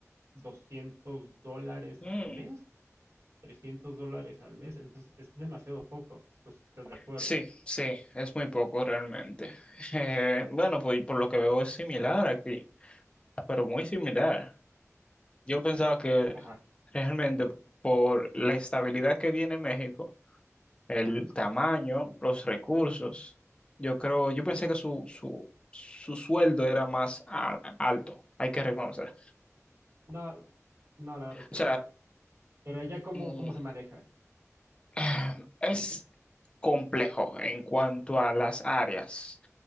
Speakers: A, on the right; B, on the left.
A: doscientos dólares
B: Mm,
A: al mes, 300 dólares al mes. Entonces es demasiado poco. Pues estás de acuerdo.
B: sí, sí, es muy poco realmente. <laughs> Eh, bueno, pues por lo que veo es similar aquí, pero muy similar. Yo pensaba que
A: Ajá.
B: realmente por la estabilidad que tiene México, el tamaño,
A: ujú.
B: los recursos, yo creo, yo pensé que su, su, su sueldo era más a- alto, hay que reconocer.
A: No, no, la verdad es que
B: O sea,
A: no. Pero ¿allá cómo,
B: mm,
A: cómo se maneja.
B: <sighs> Es complejo en cuanto a las áreas,